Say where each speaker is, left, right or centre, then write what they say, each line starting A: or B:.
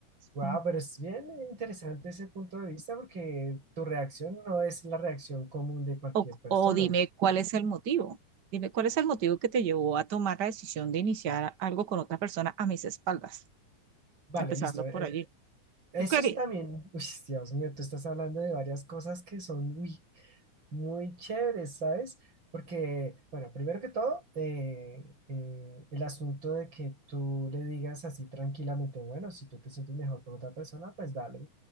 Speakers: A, on the right (about 35°); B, on the right (about 60°).
A: wow,
B: O,
A: pero es bien interesante ese punto de vista porque tu reacción no es la reacción común de cualquier
B: o,
A: persona.
B: o dime cuál es el motivo. Dime cuál es el motivo que te llevó a tomar la decisión de iniciar algo con otra persona a mis espaldas,
A: Vale,
B: empezando
A: listo. eh,
B: por allí.
A: Eso
B: ¿Tú querías?
A: es también, uy, Dios mío, tú estás hablando de varias cosas que son muy, muy chéveres, ¿sabes? Porque, bueno, primero que todo, eh, eh, el asunto de que tú le digas así tranquilamente, bueno, si tú te sientes mejor con otra persona, pues dale.